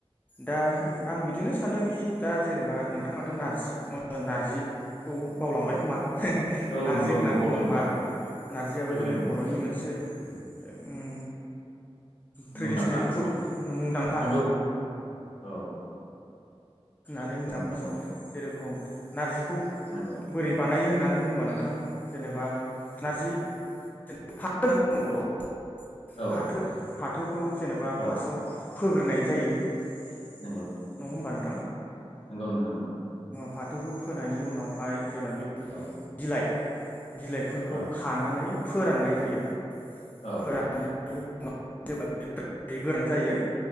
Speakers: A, on the left; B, on the left.
A: दा
B: नंगौ नोंथां
A: आं बिदिनो सानदोंखि दा जेनेबा नों दाथ' नारजि नार्जि खौ बावलांबाय
B: औ
A: खोमा
B: औ
A: नार्जि
B: नंगौ
A: होनना
B: नंगौ बावदों
A: बुङोबा
B: नोंथां
A: नारजियाबो
B: एखेबारे
A: जोंनि
B: नंगौ
A: बर'नि मोनसे ओ उम थ्रेडिसनेल
B: मुंदांखा
A: फुड मुंदांखा
B: नंगौ औ
A: होननानै मोना
B: नांथारगौ
A: मोनथियो जेरखम नारजि खौ
B: नंगौ
A: बोरै बानायो होननानै बुङोबा नोंथां। जेनेबा नारजि जेन फा फाथ होनना बुङो बर'आव।
B: औ
A: फाथो फाथोखौ जेनेबा
B: औ
A: फासआव फोग्रोनाय जायो। न'हमबा
B: नंगौ
A: न
B: नंगौ नोंथां नंगौ।
A: फाथोखौ फोनायनि उनावहाय जेब्ला बे नि
B: औ
A: बिलाइ बिलाइफोरखौ
B: औ
A: खानानै फोराननाय जायो
B: औ
A: फोरान नाय गोरान जायो